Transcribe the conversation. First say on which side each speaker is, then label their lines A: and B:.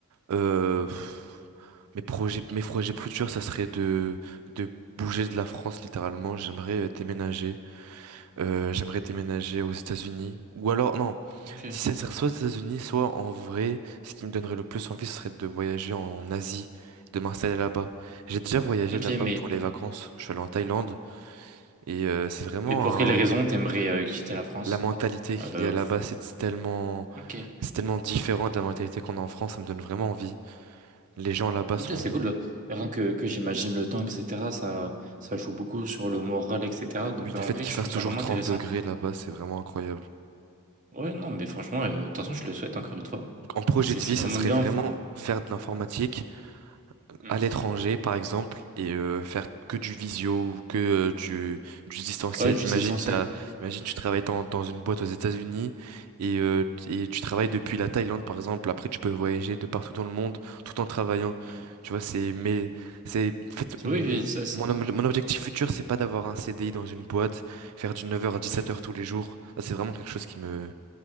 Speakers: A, on the right; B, on the right.
A: euh, pff, mes projets mes projets futurs, ça serait de de bouger de la France littéralement, j'aimerais euh, déménager Euh, j'aimerais déménager aux États-Unis. Ou alors, non,
B: Ok.
A: si ça serait soit aux États-Unis, soit en vrai, ce qui me donnerait le plus envie, ce serait de voyager en Asie, de m'installer là-bas. J'ai déjà voyagé
B: Ok,
A: là-bas
B: mais
A: pour les vacances. Je suis allé en Thaïlande et euh, c'est vraiment
B: Mais pour quelles raisons
A: un-
B: t'aimerais euh, quitter la France?
A: la mentalité qu'il
B: Euh,
A: y a là-bas, c'est tellement,
B: ok,
A: c'est tellement différent de la mentalité qu'on a en France. Ça me donne vraiment envie. Les gens là-bas
B: Ok,
A: sont,
B: c'est cool. le- Rien que, que j'imagine le temps, etc., ça, ça joue beaucoup sur le moral, etc. Donc
A: oui,
B: euh,
A: le
B: en
A: fait
B: vrai,
A: qu'il
B: je
A: fasse
B: trouve
A: toujours
B: ça vraiment
A: 30
B: intéressant.
A: degrés là-bas, c'est vraiment incroyable.
B: Ouais, non, mais franchement, euh, de toute façon, je le souhaite encore une fois.
A: En projet
B: C'est
A: de
B: c'est
A: vie,
B: vraiment
A: ça serait
B: bien,
A: vraiment
B: enfin.
A: faire de l'informatique
B: hmm.
A: à l'étranger, par exemple, et euh, faire que du visio ou que euh, du, du distanciel.
B: Ouais, du
A: Imagine,
B: essentiel.
A: t'as, imagine,
B: Hmm,
A: tu travailles dans, dans une boîte aux États-Unis et, euh, et tu travailles depuis la Thaïlande, par exemple. Après, tu peux voyager de partout dans le monde tout en travaillant.
B: hmm.
A: Tu vois, c'est, mais, c'est, en fait, mon,
B: Oui, ça, ça-
A: mon, ob- mon objectif futur, c'est pas d'avoir un CDI dans une boîte, faire du 9h à 17h
B: hmm.
A: tous les jours. Ça, c'est vraiment quelque chose qui me,